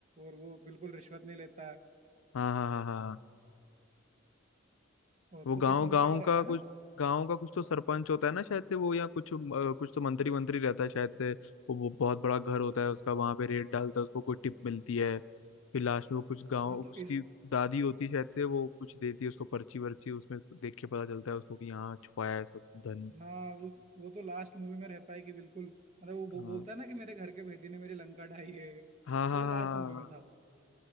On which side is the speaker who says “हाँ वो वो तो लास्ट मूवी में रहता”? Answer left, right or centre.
Right